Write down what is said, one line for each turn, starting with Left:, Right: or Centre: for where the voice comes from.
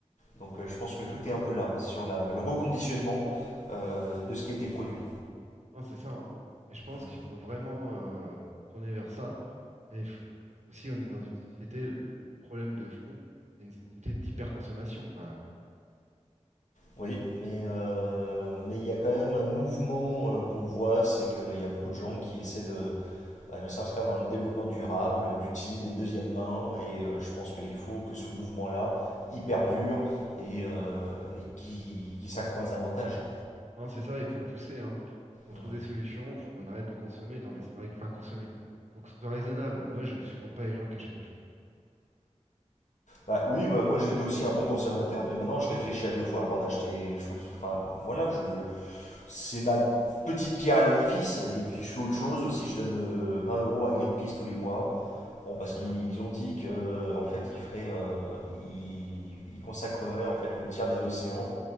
Left: Donc euh, je pense que tout est un peu là sur la- le reconditionnement euh, de ce qui a été produit.
Right: Non, c'est ça. hein. Et je pense
Left: Mm.
Right: qu'il faut vraiment euh, tourner vers ça. Mais il faut- aussi, on est dans une société, le, le problème de fond, c'est une société d'hyperconsommation quand même.
Left: Oui, mais euh, mais il y a quand même un mouvement euh, qu'on voit, c'est qu'il y a beaucoup de gens qui essaient de, bah, de s'inscrire dans le développement durable, d'utiliser des deuxièmes mains, et euh, je pense qu'il faut que ce mouvement-là y perdure et, euh, et qu'il qu'il s'accroisse davantage.
Right: Non, c'est ça, il faut pousser, hein. Faut qu'on trouve
Left: Mm.
Right: des solutions, faut qu'on arrête de consommer. Non, mais c'est vrai que, enfin, consommer, faut que ce soit raisonnable. Moi, je supporte pas les gens qui achètent tout le temps.
Left: Bah oui, moi, moi, j'étais aussi un bon consommateur, mais maintenant je réfléchis à deux fois avant d'acheter. Je trouve, enfin voilà, je, c'est ma petite pierre à l'édifice. Et puis je fais autre chose aussi, je donne euh, 20 euros à Greenpeace tous les mois. Bon,
Right: Ah,
Left: parce
Right: c'est
Left: qu'ils
Right: bien.
Left: ils ont dit que euh, en fait ils feraient, euh, ils, ils consacreraient en fait le tiers des océans